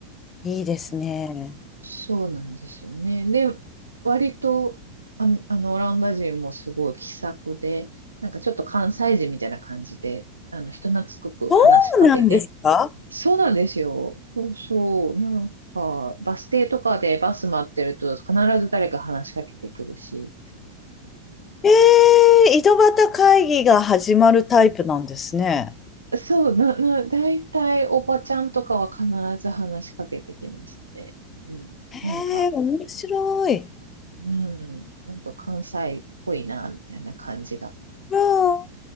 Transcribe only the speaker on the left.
いいですね。
そうなんですか
ええ、井戸端会議が始まるタイプなんですね。
え
え、面白い。
うん